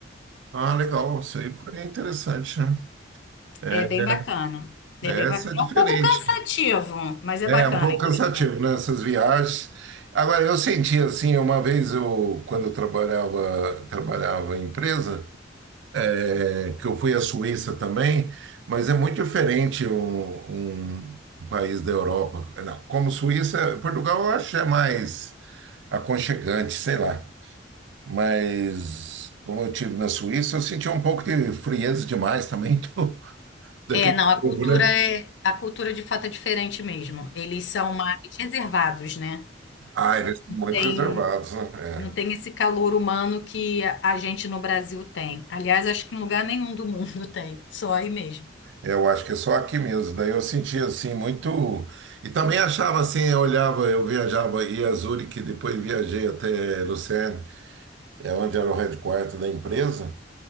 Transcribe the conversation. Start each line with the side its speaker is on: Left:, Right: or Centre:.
Right: Ah, legal. Isso aí foi interessante, né? É,
Left: É bem bacana.
Right: essa
Left: É bem bacana.
Right: é diferente.
Left: É um pouco cansativo, mas é
Right: É
Left: bacana,
Right: um pouco
Left: é interessante.
Right: cansativo, né? Essas viagens. Agora eu senti assim, uma vez eu, quando eu trabalhava, trabalhava em empresa é, que eu fui à Suíça também, mas é muito diferente um, um país da Europa. Não, como Suíça, Portugal eu acho que é mais aconchegante, sei lá. Mas como eu tive na Suíça, eu senti um pouco de frieza demais também <laughs> do, daquele
Left: É, não, a
Right: povo,
Left: cultura
Right: né?
Left: é, a cultura de fato é diferente mesmo. Eles são mais reservados, né?
Right: Ah, eles são muito
Left: Tem,
Right: reservados, né?
Left: não
Right: É.
Left: tem esse calor humano que a a gente no Brasil tem. Aliás, acho que em lugar nenhum do mundo <laughs> tem, só aí mesmo.
Right: Eu acho que é só aqui mesmo. Daí eu sentia assim muito. E também achava assim, eu olhava, eu viajava, ia a Zurique, depois viajei até Lucerne. é onde era o headquarter da empresa.